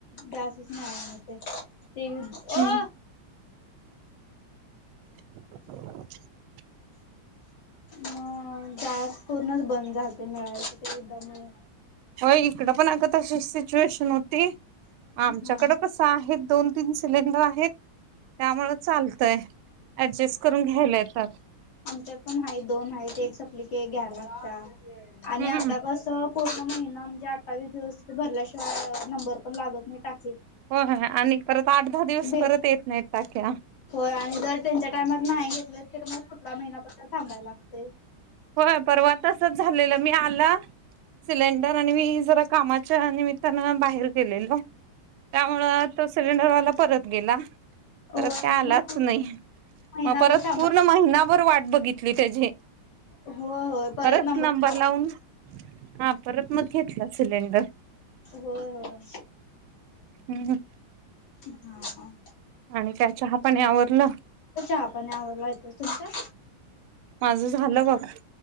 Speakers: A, on the left; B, on the right.
A: जासच नाहीणार ते ते अ
B: हम. <inaudible>
A: मग गॅस पूर्णच बंद झालत मिळायचं ते युद्धामुळे.
B: हो इकड पण अगं तशी सिच्युएशन होती. आमच्याकडं
A: हा
B: कसं आहे दोन तीन सिलेंडर आहेत त्यामुळें चालतय ऍडजस्ट करून घ्यायला येतात
A: आच्यार पण आहे दोन आहे ते एक सपलिकी घ्या लागता आणि
B: हम्म
A: आता कसं पूर्ण महिना म्हणजे अठ्ठावी दिवस भरल्याशिवाय नंबर पण लागत मी टाक
B: हो आणि परत आठ दहा दिवस
A: भेट
B: परत येत नाहीत टाक्या
A: होय आणि जर त्यांच्या टायमात नाही घेतले तर मग पुढल्या महिनापद्ल थांबायला लागते
B: होय परवा तसच झालेलं मी आलं. सिलेंडर आणि मी जरा कामाच्या निमित्तानं बाहेर गेलेलो. त्यामुळं आता सिलेंडरवाला परत गेला.
A: होय
B: परत काय आलाच
A: मग
B: नाही
A: महिनाभर
B: मग परत
A: थांबा
B: पूर्ण महिनाभर वाट बघितली त्याची
A: होय होय
B: परत नंबर
A: काढ
B: लावून हा परत मग घेतला सिलेंडर
A: होय होय
B: हम्म
A: हा.
B: आणि त्या चहा पानी आवरलं.
A: आपण आवरला येतो तुमच्या?
B: माझं झालं बघ